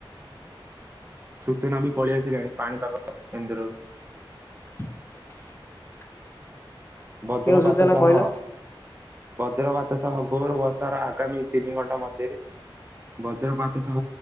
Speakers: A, on the right; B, on the left.
A: ସୂଚନା ବି ପଳେଇ ଆସିଲାଣି ପାଣିପାଗ କେନ୍ଦ୍ରରୁ
B: <unintelligible>
A: ବଜ୍ରପାତ
B: କେଉଁ ସୂଚନା
A: ସହ
B: କହିଲ
A: ବଜ୍ରପାତ ସହ ଘୋର ବର୍ଷାର ଆଗାମୀ ତିନି ଘଣ୍ଟା ମଧ୍ୟରେ ବଜ୍ରପାତ ସହ